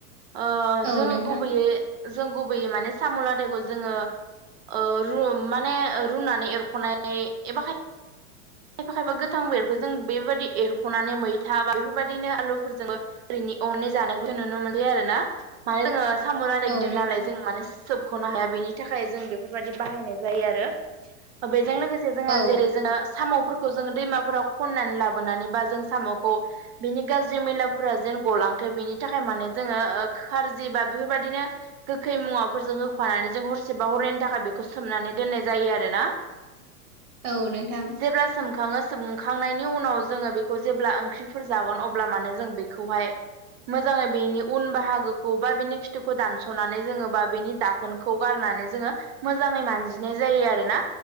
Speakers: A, on the right (about 45°); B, on the right (about 85°).
A: ओ
B: औ
A: जोङो
B: नोंथां
A: गुबैयै
B: औ
A: जों गुबैयै माने साम' लादायखौ जोङो ओ रू माने रुनानै एरख'नाय एबा खाय खायफा खायफा गोथां बेरखौ जों बेबायदि एरख सनानै मैथा बा बेफोरबायदिनो आलुफोरजोंबो ओरैनि अनै जानायखौ नुनो मोनसै आरोना माने जोङो साम'लादाय
B: नोंथां
A: गिदिर नालाय जों माने सोब ख'नो हाया बेनि थाखाय जों बेफोरबायदि बाहायनाय जायो आरो बेजों लोगोसे जोंहा
B: औ
A: जेरै जोङो साम'फोरखौ जोङो दैमाफोराव खननानै लाबोनानै बा जों साम'खौ बिनि गाज्रि मैलाफोरा जेन गलांथों बिनि थाखाय माने जोङो ओ खारजि बा बेफोरबायदिनो गोखै मुवाफोरजों होफानानै जों हरसेबा हरैनायनि थाखाय बेखौ सोमनानै दोननाय जायो आरोना
B: औ नोंथां।
A: जेब्ला सोमखाङो सोमखांनायनि उनाव जोङो बे खौ जेब्ला ओंख्रिफोर जागोन अब्ला माने जों बेखौहाय मोजाङै बेनि उन बाहागोखौ बा बेनि खिथुखौ दानस'नानै जोङो बा बेनि दाखोन खौ गारनानै जोङो मोजाङै मानजिनाय जायो आरोना